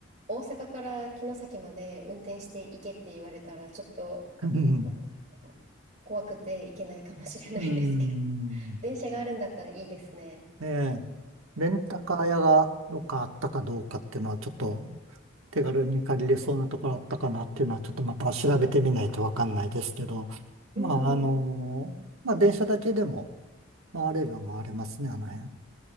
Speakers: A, on the right; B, on the right.
A: 大阪から城崎まで運転して行けって言われたら、ちょっと、
B: うん、
A: あの、怖くて行けないかもしれないですけど、
B: うん
A: <laughs> 電車があるんだったらいいですね。
B: ええ、レンタカー屋がどっかあったかどうかっていうのはちょっと
A: うん。
B: 手軽に借りれそうなところあったかなっていうのは、ちょっとまた調べてみないとわかんないですけど、
A: うん
B: まあ、あのーまあ、電車だけでも回れるは回れますね、あの辺。